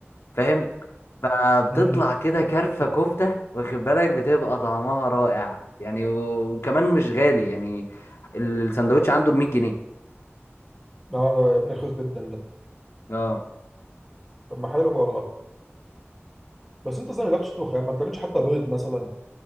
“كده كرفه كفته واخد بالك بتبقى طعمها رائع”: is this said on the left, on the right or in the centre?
Left